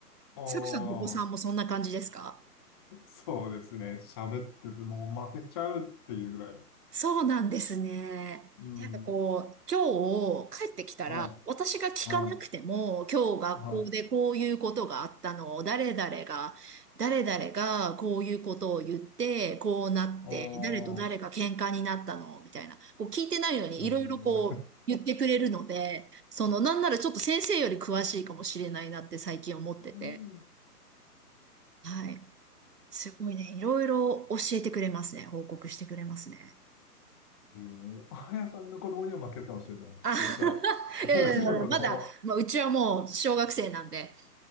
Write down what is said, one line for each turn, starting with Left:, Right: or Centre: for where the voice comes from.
Left: う、あ
Right: サクさんのお子さんもそんな感じですか
Left: あ、そうですね、喋ってる、もう負けちゃうっていうぐらい、
Right: そうなんですね。
Left: うん、
Right: なんかこう、今日帰ってきたら、
Left: は
Right: 私が聞かなくても、
Left: い、は
Right: 今日学校でこういうことがあったのを、
Left: い、はい、
Right: 誰々が、誰々がこういうことを言って、こうなって、
Left: ああ、
Right: 誰と誰が喧嘩になったの、みたいな。こう聞いてないのに、
Left: うん
Right: いろいろこう言ってくれるので、
Left: <laughs> う
Right: その、なんならちょっと先生より詳しいかもしれないなって最近思ってて。
Left: ん
Right: はい。すごいね。いろいろ教えてくれますね。報告してくれますね。
Left: うん <laughs> あやさんの子供には負けるかもしれないです。
Right: あ、
Left: そしたら、
Right: <laughs>
Left: <laughs>
Right: いやいやいやまだ、
Left: うちの子供。
Right: まあ、うちはもう小学生なんで、